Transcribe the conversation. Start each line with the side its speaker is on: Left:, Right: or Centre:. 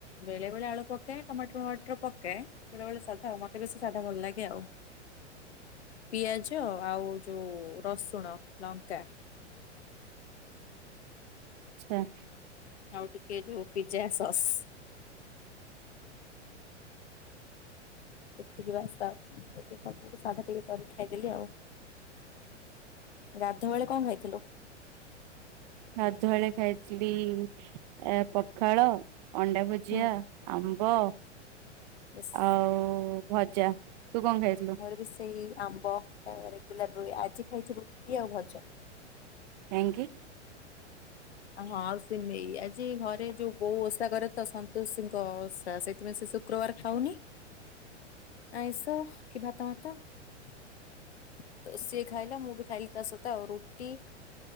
Left: ବେଳେ ବେଳେ ଆଳୁ ପକାଏ, ଟମାଟର ଫମାଟର ପକାଏ, ବେଳେ ବେଳେ ସାଧା ଆଉ ମତେ ବେଶୀ ସାଧା ଭଲ ଲାଗେ ଆଉ।
Right: ହ <inaudible>
Left: ପିଆଜ ଆଉ ଯୋଉ ରସୁଣ, ଲଙ୍କା।
Right: ଆଛା ।
Left: ଆଉ ଟିକେ ଯୋଉ ପିଜ୍ଜା ସସ୍। ଏତିକି ବାସ୍ ତା ପ ପକେଇ ସାଧା ଟିକେ କରିିକି ଖାଇଦେଲି ଆଉ। ଗାଧୁଆ ବେଳେ କଣ ଖାଇଥିଲୁ?
Right: ଗାଧୁଆଳେ ଖାଇଥିଲି, ଏ ପଖାଳ ଅଣ୍ଡା ଭୁଜିଆ,
Left: ହୁଁ
Right: ଆମ୍ବ,
Left: ୟେସ୍।
Right: ଆଉ ଭଜା। ତୁ କଣ ଖାଇଥିଲୁ?
Left: ମୋର ବି ସେଇ ଆମ୍ବ ରେଗୁଲାର ରୁହେ, ଆଜି ଖାଇଛି ରୁଟି ଆଉ ଭଜା।
Right: କାହିଁକି?
Left: ହଁ ଆଉ ସିମେଇ, ଆଜି ଘରେ ଯୋଉ ବୋଉ ଓଷା କରେ ତ ସନ୍ତୋଷୀଙ୍କ ଓଷା ସେଇଥିପାଇଁ ଶୁକ୍ରବାର ଖାଉନି।
Right: ହ <inaudible>
Left: ଆଇଁଷ କି ଭାତ ମାତ। ତ ସିଏ ଖାଇଲା, ମୁଁ ବି ଖାଇଲି ତା ସହିତ, ରୁଟି